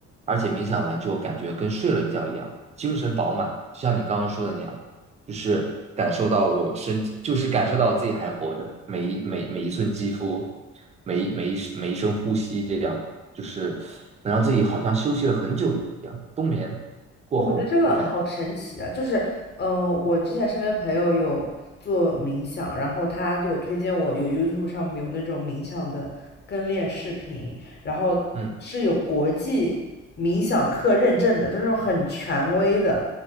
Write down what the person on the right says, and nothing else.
而且冥想完之后感觉跟睡了一觉一样，精神饱满，就像你刚刚说的那样，就是感受到我身体，就是感受到自己还活着，每一每每一寸肌肤，每一每一每一声呼吸，这样就是能让自己好像休息了很久一样，冬眠。过后的感觉。
嗯，